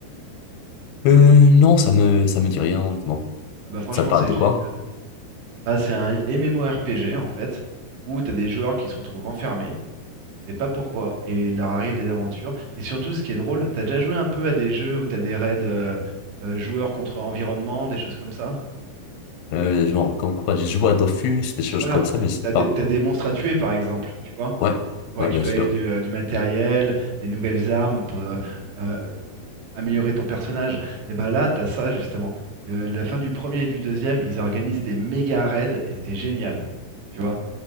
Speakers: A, on the left; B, on the right.
A: Euh, non, ça me, ça me dit rien, honnêtement.
B: Ah bah, franchement,
A: Ça parle
B: c'est
A: de
B: génial.
A: quoi?
B: Bah, c'est un MMORPG en fait, où t'as des joueurs qui se retrouvent enfermés, on sait pas pourquoi, et il leur arrive des aventures. Et surtout, ce qui est drôle, t'as déjà joué un peu à des jeux où t'as des raids euh, euh, joueurs contre environnement, des choses comme ça?
A: Euh, genre, comme quoi, j'ai joué à Dofus, des choses
B: Voilà,
A: comme ça, mais je sais
B: t'as
A: pas.
B: des, t'as des monstres à tuer par exemple, tu vois,
A: Ouais,
B: pour
A: ouais,
B: récupérer
A: bien sûr.
B: du, euh, du matériel, des nouvelles armes, pour euh, euh, améliorer ton personnage. Et ben là, t'as ça justement. Euh, la fin du premier et du deuxième, ils organisent des méga raids et c'est génial, tu vois.